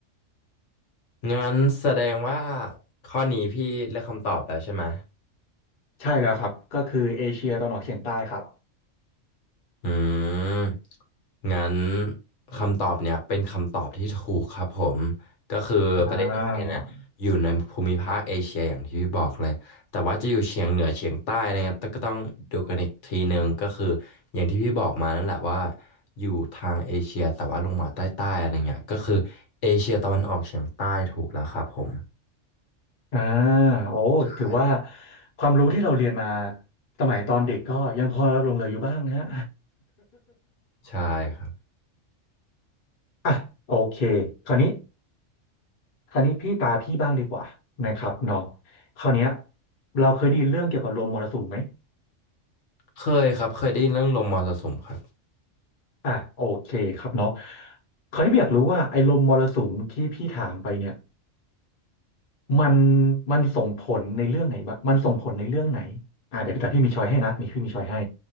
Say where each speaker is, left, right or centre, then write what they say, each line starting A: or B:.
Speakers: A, on the left (about 65°); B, on the left (about 45°).
A: งั้นแสดงว่าข้อนี้พี่เลือกคำตอบแล้วใช่ไหม
B: ใช่แล้วครับก็คือเอเชียตะวันออกเฉียงใต้ครับ
A: อืมงั้นคำตอบเนี่ยเป็นคำตอบที่ถูกครับผม ก็คือประเทศไทยเนี่ยอยู่ในภูมิภาคเอเชียอย่างที่พี่บอกเลยแต่ว่าจะอยู่เฉียงเหนือเฉียงใต้อะไรเงี้ยก็ต้องดูกันอีกทีนึงก็คืออย่างที่พี่บอกมานั่นแหละว่า
B: อ่า
A: อยู่ทางเอเชียแต่ว่าลงมาใต้ๆอะไรเงี้ยก็คือเอเชียตะวันออกเฉียงใต้ถูกแล้วครับผม
B: อ่าโอ้ถือว่า
A: ใช่
B: ความรู้ที่เราเรียนมาสมัยตอนเด็กก็ยังพอหลงเหลืออยู่บ้างนะ <laughs> ฮะ
A: ใช่ครับ
B: อ่ะโอเคคราวนี้คราวนี้พี่ตาพี่บ้างดีกว่านะครับเนาะคราวเนี้ยเราเคยได้ยินเรื่องเกี่ยวกับลมมรสุมไหม
A: เคยครับเคยได้ยินเรื่องลมมรสุมครับ
B: อ่ะโอเคครับเนาะคราวนี้พี่อยากรู้ว่าไอ้ลมมรสุมที่พี่ถามไปเนี่ยมันมันส่งผลในเรื่องไหนบ้างมันส่งผลในเรื่องไหนอ่ะเดี๋ยวพี่แตาพี่มีช้อยให้นะมีพี่มีช้อยให้